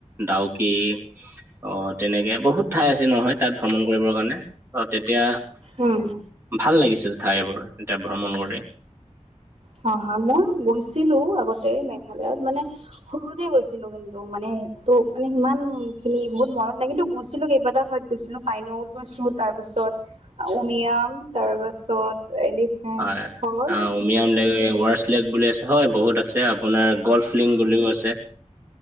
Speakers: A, on the right; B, on the right.
A: ডাউক কি অ তেনেকে বহুত ঠাই আছে নহয় তাত ভ্ৰমণ কৰিবৰ কাৰণে অ তেতিয়া
B: উম
A: ভাল লাগিছিল ঠাইবোৰ এতিয়া ভ্ৰমণ কৰি
B: হয় হয় মইও গৈছিলো আগতে মেঘালয়ত মানে সৰুতে গৈছিলো কিন্তু মানে ত' মানে সিমান খিনি বহুত মোৰ মনত নাই কিন্তু গৈছিলো কেইবাটা ঠাইত গৈছিলো পাইনত গৈছো তাৰপাছত উমিয়াম তাৰ পাছত এলিফেন্ট
A: হয়
B: ফলছ
A: আহ উমিয়াম ৱাৰছ লেগ বুলি আছে হয় বহুত আছে আপোনাৰ গল্ফিং বুলিও আছে